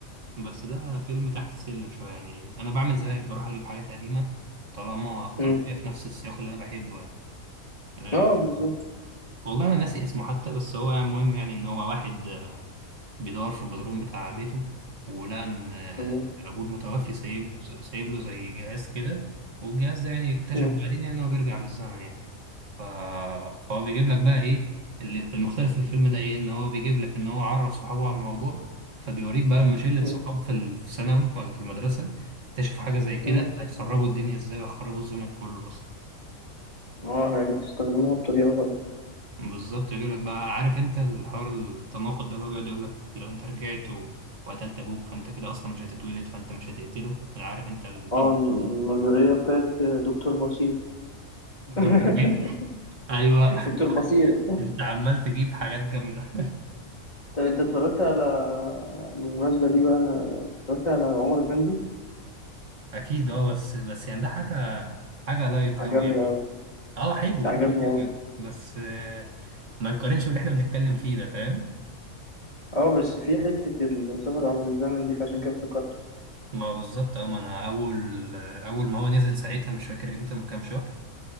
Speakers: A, on the right; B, on the left.
A: بس ده فيلم تحت السلم شويه يعني انا بعمل زيك بروح اجيب حاجات قديمه طالما طالما
B: مم.
A: هي في نفس السياق اللي انا بحبه يعني أه
B: اه بالظبط
A: والله انا ناسي اسمه حتى بس هو مهم يعني ان هو واحد بيدور في البدروم بتاع بيته ولقى إن آه،
B: مم.
A: أبوه المتوفي سايب سايب له زي جهاز كده والجهاز ده يعني اكتشف
B: مم.
A: بعدين يعني إن هو بيرجع بالزمن يعني ف... فهو بيجيب لك بقى إيه اللي- المختلف في الفيلم ده إيه إن هو بيجيب لك إن هو عرف صحابه على الموضوع فبيوريك بقى لما شلة
B: مم.
A: صحاب في ال- في ثانوي ولا في المدرسة اكتشفوا حاجة زي كده
B: مم.
A: هيخربوا الدنيا إزاي ويخربوا الزمن كله أصلا
B: اه هتستخدموها بطريقه غلط
A: بالظبط يجي لك بقى عارف انت الحوار التناقض ده اللي هو بيقعد يقول لك لو انت رجعت و... وقتلت ابوك فانت كده اصلا مش هتتولد فانت مش هتقتله عارف انت التناقض
B: اه النظريه
A: ده
B: بتاعت دكتور بصير
A: دكتور
B: <laughs>
A: مين؟ ايوه <laughs>
B: دكتور بصير
A: انت عمال تجيب حاجات جامده
B: طب انت اتفرجت على بالمناسبه دي بقى انا اتفرجت على عمر فندي
A: اكيد اه بس بس يعني ده حاجه حاجه لايت
B: عجبني
A: قوي يعني
B: قوي
A: اه حلو
B: بس عجبني
A: وكل حاجه
B: قوي
A: بس آه، ما يتقارنش باللي احنا بنتكلم فيه ده فاهم
B: اه بس في حته السفر عبر الزمن دي فعشان كده افتكرته
A: ما بالظبط اه ما انا اول اول ما هو نزل ساعتها مش فاكر امتى من كام شهر